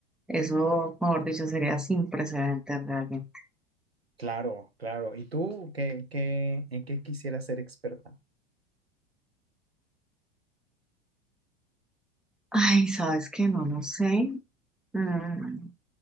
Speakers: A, in the centre; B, on the right.
A: eso, mejor dicho, sería sin precedentes realmente.
B: Claro, claro. ¿Y tú qué, qué, en qué quisieras ser experta?
A: Ay, ¿sabes que No lo sé. Mm,